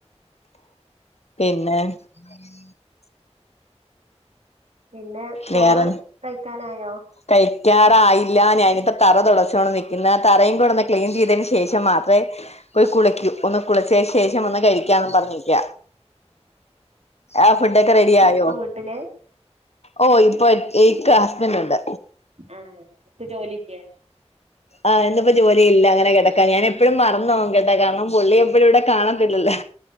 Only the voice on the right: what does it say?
പിന്നെ ചോറ്
കഴിക്കാനായോ?
ആഹ്
ട്ടില്
ആ ഇപ്പ ജോലി ഇല്ലേ